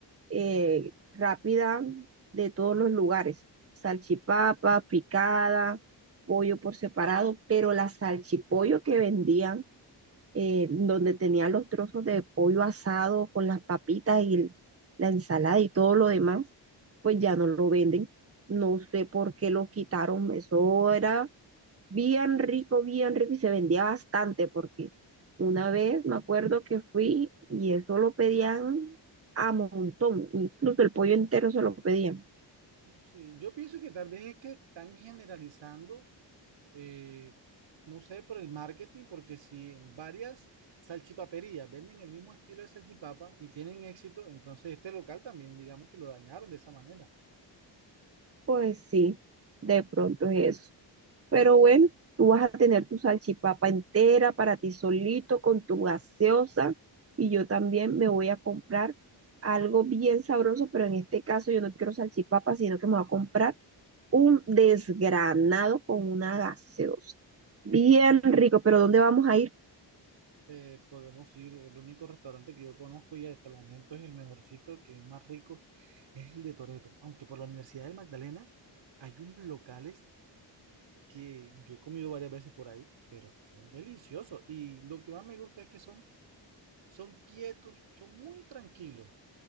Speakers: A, on the right; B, on the right.
A: eh, rápida de todos los lugares. Salchipapa, picada, pollo por separado, pero la salchipollo que vendían eh, donde tenía los trozos de pollo asado con las papitas y el- la ensalada y todo lo demás, pues ya no lo venden. No sé por qué lo quitaron. Eso era bien rico, bien rico y se vendía bastante porque una vez me acuerdo que fui y eso lo pedían a montón, incluso el pollo entero se lo pedían.
B: Sí, yo pienso que tal vez es que están generalizando, eh, no sé, por el marketing, porque si en varias salchipaperías venden el mismo estilo de salchipapa y tienen éxito, entonces este local también, digamos que lo dañaron de esa manera.
A: Pues sí, de pronto es eso. Pero bueno, tú vas a tener tu salchipapa entera para ti solito, con tu gaseosa, y yo también me voy a comprar algo bien sabroso, pero en este caso yo no quiero salchipapa, sino que me voy a comprar un desgranado con una gaseosa. Bien rico, pero ¿dónde vamos a ir?
B: eh, podemos ir, el único restaurante que yo conozco y hasta el momento es el mejorcito, que es más rico, es el de Toreto. Aunque por la Universidad del Magdalena hay unos locales que yo he comido varias veces por ahí, son deliciosos. Y lo que más me gusta es que son, son quietos, son muy tranquilos.